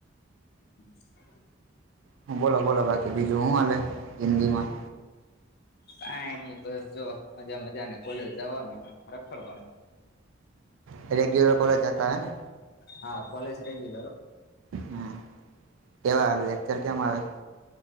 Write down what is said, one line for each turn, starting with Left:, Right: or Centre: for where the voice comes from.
Left: હમ
Right: હ બોલા બોલા બાકી બીજું હું હાલલે જિંદગી માં
Left: કઈ નઈ બસ જો મજા મજા ને કોલેજ જવાનું રખડવાનું
Right: હ રેગ્યુલર કોલેજ જતા હે ને
Left: હા કોલેજ રેગ્યુલર
Right: હમ કેવા લેક્ચર કેમ આવે